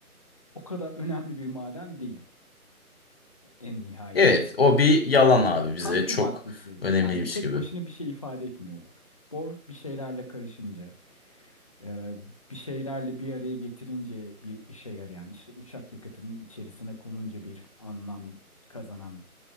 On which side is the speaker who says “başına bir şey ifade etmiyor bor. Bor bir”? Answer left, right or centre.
Left